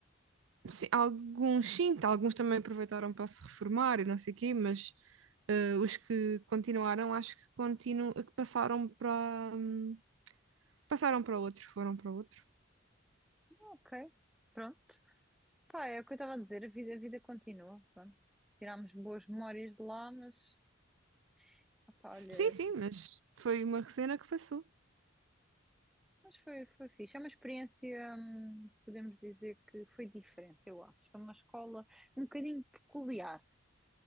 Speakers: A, on the right; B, in the centre.
A: sim, alguns sim, tá, alguns também aproveitaram para se reformar e não sei o quê, mas eh, os que continuaram, acho que, continu que passaram para, hum, passaram para outro, foram para outro.
B: Ah, Ok, pronto. Pá, é o que eu estava a dizer, a vida, a vida continua. Pronto. Tirámos boas memórias de lá, mas, <laughs> pá, olha,
A: Sim, sim, mas foi uma cena que passou.
B: mas foi, foi fixe. É uma experiência, hum, podemos dizer que foi diferente, eu acho. Foi uma escola um bocadinho peculiar,